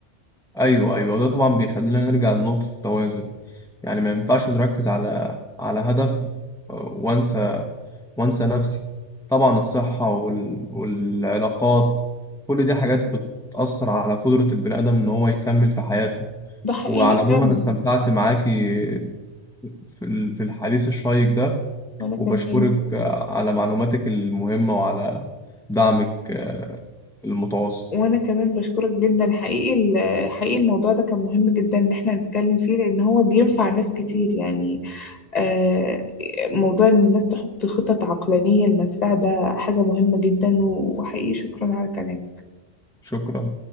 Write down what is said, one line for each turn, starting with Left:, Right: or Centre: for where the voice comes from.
Centre: ايوه ايوه ده طبعا بيخلينا نرجع لنقطة التوازن يعني ما ينفعش نركز على على هدف آه، وانسى وانسى نفسي طبعا الصحة وال... والعلاقات كل دي حاجات بتأثر على قدرة البني آدم ان هو يكمل في حياته
Left: ده حقيقي
Centre: وعلى العموم
Left: فعلا
Centre: انا استمتعت معاكي في ال- في الحديث الشيق ده
Left: وانا كمان
Centre: وبشكرك آه، على معلوماتك المهمة وعلى دعمك آه، المتواصل
Left: وانا كمان بشكرك جدا حقيقي ال- حقيقي الموضوع ده كان مهم جدا ان احنا نتكلم فيه لان هو بينفع ناس كتير يعني آه، موضوع ان الناس تحط خطط عقلانية لنفسها ده حاجة مهمة جدا وحقيقي شكرا على كلامك
Centre: شكرا